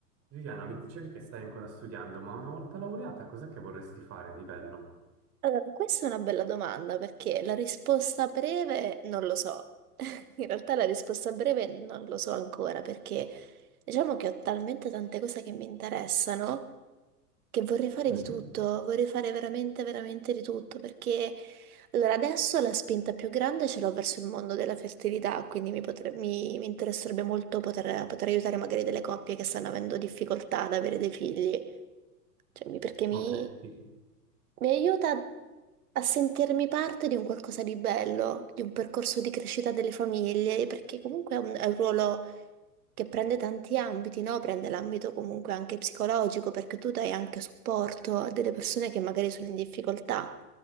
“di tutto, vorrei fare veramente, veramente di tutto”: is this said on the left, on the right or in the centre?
Right